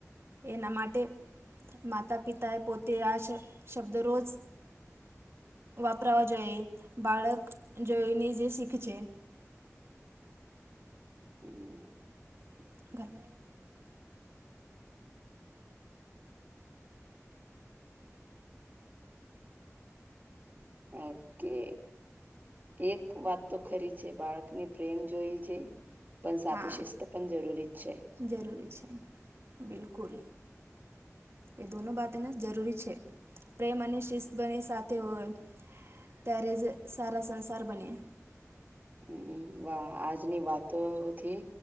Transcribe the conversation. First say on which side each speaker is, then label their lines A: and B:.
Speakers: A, on the right (about 50°); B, on the right (about 35°).
A: એના માટે માતા પિતાએ પોતે આ શબ્દ રોજ વાપરાવા જોઈએ બાળક જોઈને જે શીખ છે
B: હમ્મ
A: <inaudible>
B: ઓકે એક વાત તો ખરી છે બાળકને પ્રેમ જોઈ છે પણ સાથે
A: હા
B: શિસ્ત પણ જરૂરી જ છે
A: જરૂરી છે બિલકુલ એ દોનો વાત એને જરૂરી છે પ્રેમ અને શિસ્ત બને સાથે હોય. ત્યારે જ સારા સંસાર બને.
B: હમ વાહ આજની વાતો થી,